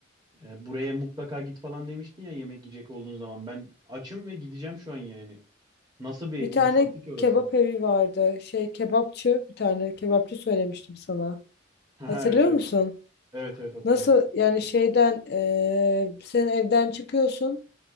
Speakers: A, on the right; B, on the left.
A: Ee, buraya mutlaka git falan demiştin ya yemek yiyecek olduğun zaman. Ben açım ve gideceğim şu an yani. Nasıl bir
B: Bir
A: mutfaktı
B: tane
A: ki orası?
B: kebap evi vardı. Şey kebapçı bir tane kebapçı söylemiştim sana.
A: Ha,
B: Hatırlıyor
A: evet evet.
B: musun?
A: Evet evet hatırladım.
B: Nasıl yani şeyden eee sen evden çıkıyorsun.